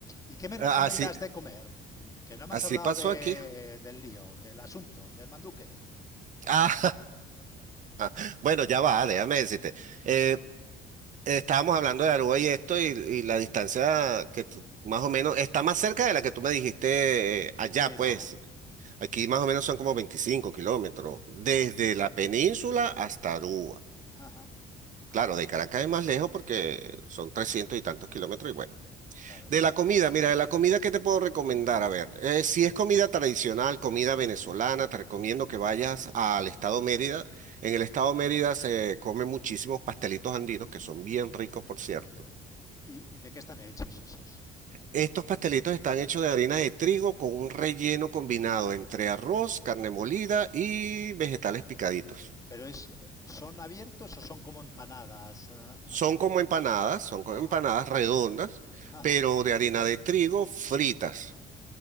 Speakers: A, on the left; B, on the right.
A: ¿y qué me recomiendas
B: a- así,
A: de comer? Que no me
B: así
A: has hablado
B: pasó
A: de,
B: aquí.
A: del lío, del asunto, del manduque.
B: Ah, <laughs> bueno, ya va, déjame decirte. Eh, estábamos hablando de Aruba y esto, y, y la distancia que tú, más o menos, está más cerca de la que tú me dijiste eh, allá,
A: Sí,
B: pues.
A: ¿no?
B: Aquí más o menos son como 25 kilómetros, desde
A: Ah, bueno.
B: la península hasta Aruba.
A: <laughs> Ajá,
B: Claro, de Caracas es más lejos porque son 300 y tantos kilómetros
A: claro,
B: de
A: claro.
B: la comida, mira, de la comida, ¿qué te puedo recomendar? A ver, eh, si es comida tradicional, comida venezolana, te recomiendo que vayas al estado Mérida. En el estado Mérida se comen muchísimos pastelitos andinos, que son bien ricos, por cierto.
A: ¿Y de qué están hechos esos?
B: Estos pastelitos están hechos de harina de trigo con un relleno combinado entre arroz, carne molida y vegetales picaditos.
A: ¿Pero es, son abiertos o son como empanadas, ah,
B: Son
A: así?
B: como empanadas, son como
A: Ah,
B: empanadas redondas,
A: ajá,
B: pero de harina de trigo fritas.